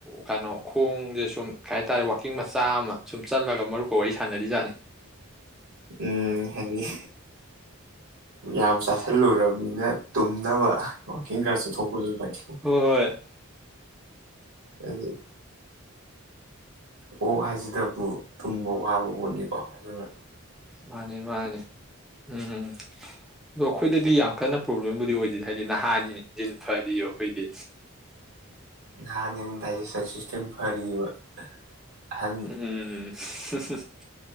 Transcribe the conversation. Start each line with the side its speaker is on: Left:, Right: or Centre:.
Centre: ꯀꯩꯅꯣ ꯈꯣꯡꯁꯦ ꯁꯨꯝ ꯀꯩ ꯍꯥꯏ ꯇꯥꯔꯦ ꯋꯥꯛꯀꯤꯡ ꯃꯆꯥ ꯑꯃ ꯁꯨꯝ ꯆꯠꯂꯒ ꯃꯔꯨꯞꯀ ꯋꯥꯔꯤ ꯁꯥꯟꯅꯔꯤꯖꯥꯠꯅꯤ
Right: ꯎꯝ ꯍꯥꯏꯗꯤ ꯌꯥꯝ ꯆꯥꯁꯜꯂꯨꯔꯕꯅꯤꯅ ꯇꯨꯝꯅꯕ ꯋꯥꯥꯛꯀꯤꯡ ꯈꯔ ꯆꯠꯊꯣꯛꯄꯁꯨ ꯐꯩ
Centre: ꯍꯣꯏ ꯍꯣꯏ
Right: ꯎꯝ ꯑꯣꯛ ꯍꯥꯏꯁꯤꯗꯕꯨ ꯇꯨꯝꯕ ꯋꯥꯕ ꯄꯣꯠꯅꯤꯀꯣ ꯑꯗꯨꯅ
Centre: ꯃꯥꯅꯤ ꯃꯥꯅꯤ ꯎꯝꯝ ꯑꯗꯣ ꯑꯩꯈꯣꯏꯗꯗꯤ ꯌꯥꯝ ꯀꯟꯅ ꯄ꯭ꯔꯣꯕ꯭ꯂꯦꯝꯕꯨꯗꯤ ꯑꯣꯏꯗꯦꯗꯤ ꯍꯥꯏꯗꯤ ꯅꯍꯥꯟ ꯅꯍꯥꯅꯤꯅ ꯏꯟꯖꯤꯟ ꯐꯔꯤꯕ ꯑꯩꯈꯣꯏꯗꯤ
Right: ꯅꯍꯥꯅꯤꯅ ꯗꯥꯏꯖꯦꯁꯟ ꯁꯤꯁꯇꯦꯝ ꯐꯔꯤꯕ ꯑꯍꯟ
Centre: ꯎꯝ <unintelligible>